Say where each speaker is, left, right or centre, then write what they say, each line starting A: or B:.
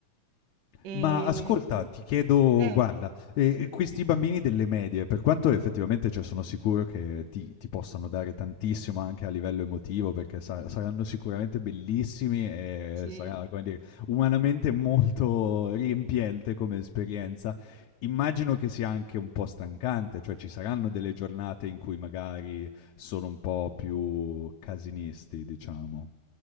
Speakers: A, on the right; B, on the left.
A: Ehm
B: Ma ascolta, ti chiedo
A: eh,
B: guarda, ehm, questi bambini delle medie, per quanto effettivamente, cioè, sono sicuro che ti ti possano dare tantissimo anche a livello emotivo, perché sa saranno sicuramente bellissimi e
A: sì.
B: sarà, come dire, umanamente molto riempiente come esperienza. Immagino che sia anche un po' stancante, cioè ci saranno delle giornate in cui magari sono un po' più casinisti, diciamo.